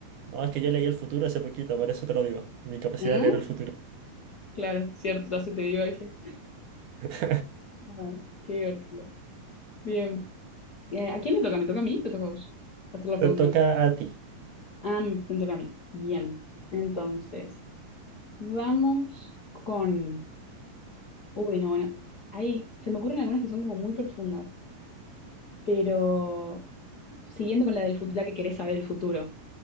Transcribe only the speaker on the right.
No, es que yo leí el futuro hace poquito, por eso te lo digo. Mi capacidad
de leer el futuro.
<laughs>
Te
toca a ti.